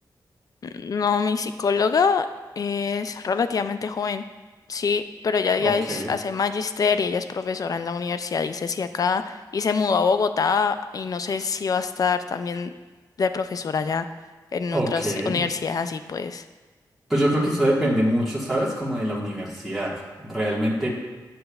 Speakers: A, on the left (about 50°); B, in the centre.
A: No, mi psicóloga es relativamente joven, sí, pero ella
B: Ok,
A: ya es- hace magister y ella es profesora en la universidad, dice si acá, y se mudó a Bogotá y no sé si va a estar también de profesora ya en
B: ok.
A: otras universidades así, pues,
B: Pues yo creo que eso depende mucho, ¿sabes? Como de la universidad. Realmente,